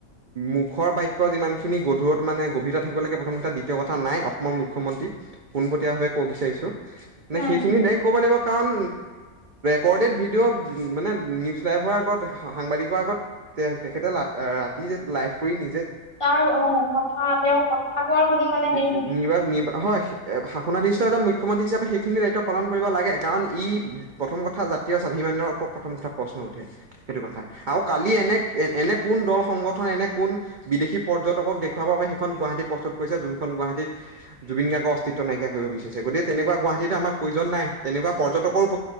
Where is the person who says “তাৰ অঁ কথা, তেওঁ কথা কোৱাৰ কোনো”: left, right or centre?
Left